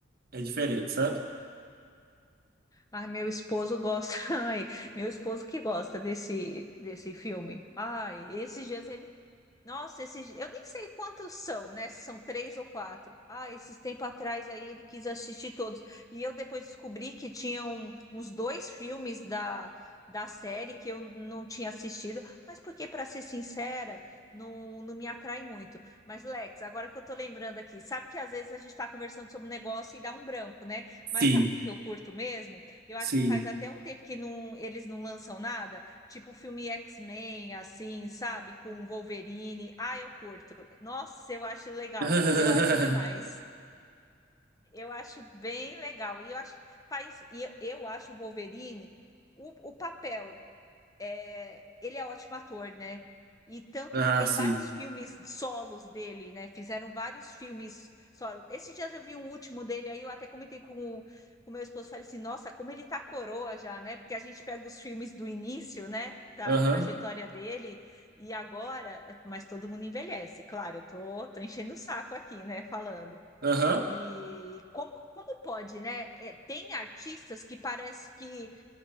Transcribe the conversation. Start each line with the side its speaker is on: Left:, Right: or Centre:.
Right: É diferente, sabe?
Left: Ai, meu esposo gosta. <laughs> Ai, meu esposo que gosta desse, desse filme. Ai, esses dias ele nossa, esses, eu nem sei quantos são, né? Se são três ou quatro. Ah, esses tempo atrás aí ele quis assistir todos. E eu depois descobri que tinham uns dois filmes da, da série que eu não tinha assistido, mas porque, para ser sincera, não, não me atrai muito. Mas, Lex, agora que eu tô lembrando aqui, sabe que às vezes a gente está conversando sobre um negócio e dá um branco, né?
Right: Sim,
Left: Mas sabe o que que eu curto mesmo? Eu
Right: sim.
Left: acho que faz até um tempo que não, eles não lançam nada. Tipo filme X-Men, assim, sabe? Com Wolverine. Ah, eu curto. Nossa, eu acho legal.
Right: <laughs>
Left: Eu acho demais. Eu acho bem legal. E eu acho, faz, e eu, eu acho o Wolverine, o, o papel é, ele é ótimo ator, né? E tanto
Right: Ah,
Left: que tem
Right: sim.
Left: vários filmes solos dele, né? Fizeram vários filmes solos. Esses dias eu vi um último dele, aí eu até comentei com o, com o meu esposo, falei assim, nossa, como ele tá coroa já, né? Porque a gente pega os filmes do início, né? Da
Right: Aham,
Left: trajetória dele, e agora, mas todo mundo envelhece, claro, eu tô, tô enchendo o saco aqui, né? Falando.
Right: aham.
Left: E como, como pode, né? É, tem artistas que parece que